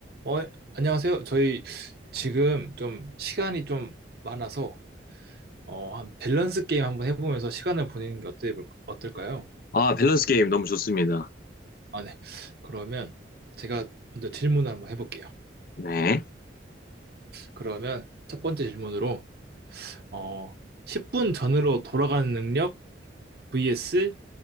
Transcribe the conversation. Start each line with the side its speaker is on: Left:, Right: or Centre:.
Right: 어, 안녕하세요. 저희 지금 좀 시간이 좀 많아서 어, 한 밸런스 게임 한번 해보면서 시간을 보내는 게 어때, 어떨까요?
Left: 아, 밸런스 게임 너무 좋습니다.
Right: 아, 네. 그러면 제가 먼저 질문을 한번 해볼게요.
Left: 네.
Right: 그러면 첫 번째 질문으로 어, 10분 전으로 돌아가는 능력 vs